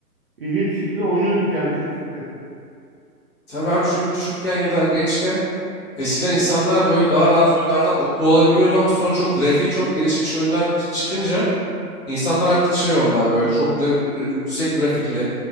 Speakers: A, on the right; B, on the left.
A: ilginç bir şekilde oynuyorduk yani Tetris'i.
B: Tabii abi çünkü küçükken ya da gençken eskiden insanlar böyle daha rahat oyunlardan mutlu olabiliyordu ama sonra çok grafiği çok gelişmiş oyunlar çı- çıkınca İnsanlar artık şey oldu abi böyle çok gra- gra- yüksek grafikli